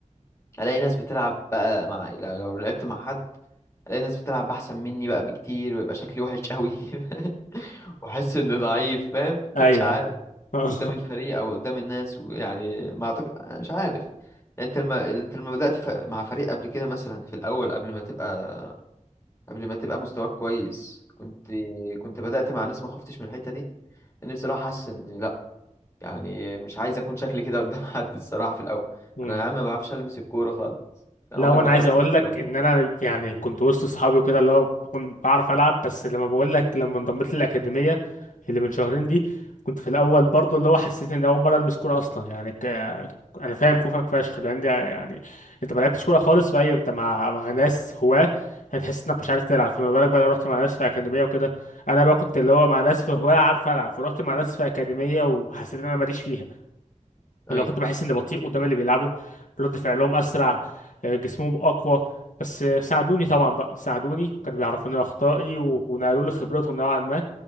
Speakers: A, on the left; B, on the left.
A: الاقي ناس بتلعب بقى مع لو لو لعبت مع حد الاقي ناس بتلعب احسن مني بقى بكتير ويبقى شكلي وحش قوي <laughs> واحس اني ضعيف فاهم <laughs>
B: ايوه
A: مش عارف
B: <laughs>
A: قدام الفريق او قدام الناس ويعني ما اعتقد أنا مش عارف يعني انت لما انت لما بدأت ف- مع فريق قبل كده مثلا في الاول قبل ما تبقى قبل ما تبقى مستواك كويس كنت كنت بدأت مع ناس ما خفتش من الحتة دي لأني بصراحة حاسس إن لأ يعني مش عايز أكون شكلي كده قدام <laughs> حد الصراحة في الأول
B: مم.
A: أنا يا عم ما بعرفش ألمس الكورة خالص أنا
B: لو
A: عمري ما
B: انا
A: جربت
B: عايز اقول
A: ألعب
B: لك
A: كورة
B: ان انا يعني كنت وسط اصحابي وكده اللي هو بكون بعرف العب بس لما بقول لك لما انضميت للاكاديميه اللي من شهرين دي كنت في الاول برضو اللي هو حسيت ان اول مره المس كوره اصلا يعني ك... انا فاهم كوفك فشخ لان دي يعني انت ما لعبتش كوره خالص فايوه انت مع مع ناس هواه هتحس انك مش عارف تلعب فما بالك بقى لو رحت مع ناس في اكاديميه وكده انا بقى كنت اللي هو مع ناس في هواه عارف العب فرحت مع ناس في اكاديميه وحسيت ان انا ماليش فيها
A: لا.
B: لو
A: أيوة
B: كنت بحس اني بطيء قدام اللي بيلعبوا رد فعلهم اسرع آه، جسمهم اقوى بس آه، ساعدوني طبعا بقى ساعدوني كانوا بيعرفوني اخطائي و- ونقلوا لي خبرتهم نوعا ما